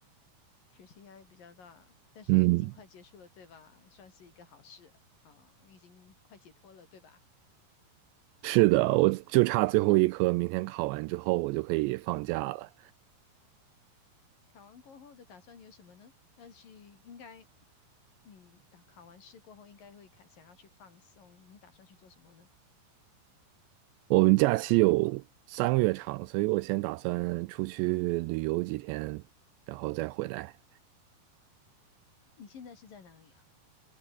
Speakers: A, on the left; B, on the right.
A: 学习压力比较大，但是已经快结束了，
B: 嗯，
A: 对吧？算是一个好事啊，已经快解脱了，对吧？
B: 是的，我就差最后一科，明天考完之后我就可以放假了。
A: 考完过后的打算有什么呢？要去，应该你打考完试过后，应该会看想要去放松，你打算去做什么呢？
B: 我们假期有三个月长，所以我先打算出去旅游几天，然后再回来。
A: 你现在是在哪里啊？